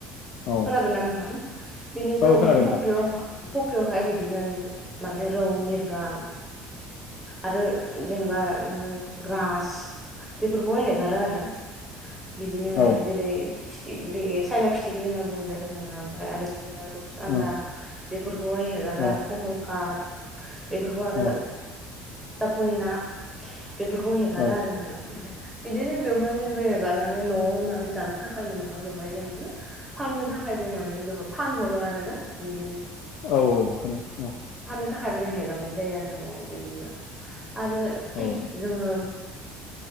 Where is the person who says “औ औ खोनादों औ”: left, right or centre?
Left